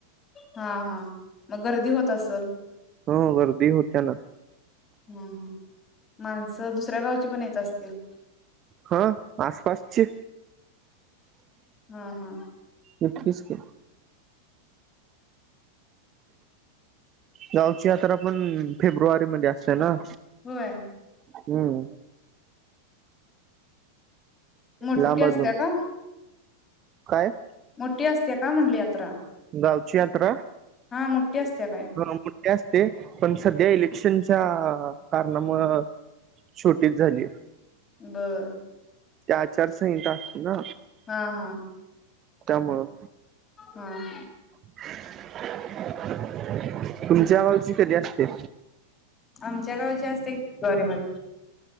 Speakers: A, on the left; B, on the right.
A: हा हा मग गर्दी होत तसल.
B: हो गर्दी होत्या ना.
A: हम हम. माणसं दुस दुसऱ्यागावची पण येत असतील.
B: हा आसपास ची
A: हा हा
B: इतकीच की. गावची यात्रा पण फेब्रुवारी मध्ये असते ना.
A: होय.
B: हम्म.
A: मोठ्ठी
B: लांब अजून
A: असत्या का?
B: काय?
A: मोठी असते का म्हणली यात्र?
B: गावची यात्रा.
A: मोठी असत्या काय
B: जरा मोठी असते पण सध्या इले क्शन च्या कारणामुळं छोटीच झाली.
A: बर.
B: ते आचारसंहिता असते ना.
A: हा हा.
B: त्यामुळं.
A: हम.
B: <unintelligible> तुमच्या गावची कधी असत्या?
A: आमच्या गावची असत्या की फेब्रुवारीमध्ये.